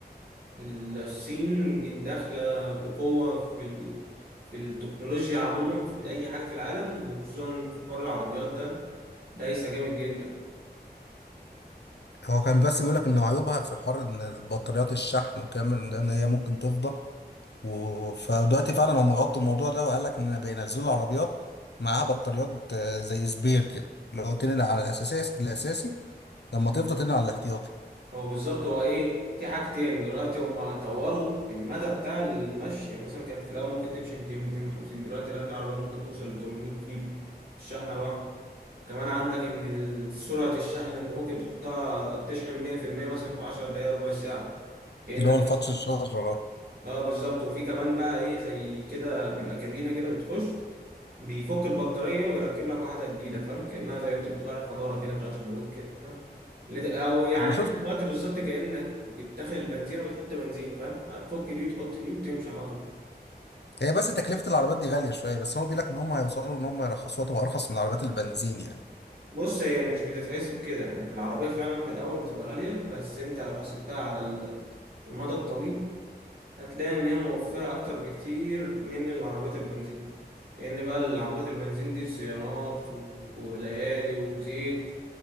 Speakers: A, on the right (about 65°); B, on the left (about 80°).
A: الصين داخلة بقوة في ال... في التكنولوجيا عموما في أي حاجة في العالم وخصوصا في حوار العربيات ده دايسة جامد جدا
B: هو كان بس بيقولك ان عيوبها في حوار ان البطاريات الشحن والكلام من ده ان هي ممكن تفضى و... فدلوقتي فعلا هم غطوا الموضوع ده وقال لك ان بينزلوا عربيات معاها بطاريات آه، زي سبير كده اللي هو تنقل على الاساسي الاساسي لما تفضى تنقل على الاحتياطي
A: هو بالظبط هو إيه في حاجتين دلوقتي هما طوروا المدى بتاع المشي يعني مثلا كانت في الأول ممكن تمشي 200 250 دلوقتي لا في عربيات ممكن توصل ل 800 كيلو في الشحنة الواحدة وكمان عندك إن ال- سرعة الشحن أنت ممكن تحطها تشحن 100% مثلا في 10 دقايق ربع ساعة كأنك
B: اللي هو الفتش الشجره ده
A: اه بالظبط وفي كمان بقى ايه زي كده بيبقى كابينه كده بتخش بيفك البطاريه ويركب لك واحده جديده فاهم كانها زي انت بتغير حجاره كده بتاعت الريموت كده فاهم لد- او يعني
B: انا
A: هتاخد
B: شفت
A: وقت بالظبط كانك بتدخل البنزين وبتحط بنزين فاهم هتفك دي وتحط دي وتمشي على طول
B: هي بس تكلفة العربيات دي غالية شوية بس هو بيقول لك ان هم هيوصلوا ان هم يرخصوها تبقى ارخص من العربيات البنزين يعني
A: بص هي مش بتتحسب كده يعني في العربيه فعلا في الاول بتبقى غاليه بس انت لو حسبتها على ال- المدى الطويل هتلاقي إن هي موفرة أكتر بكتير من العربيات البنزين لأن بقى العربيات البنزين دي صيانات و- وليالي وزيت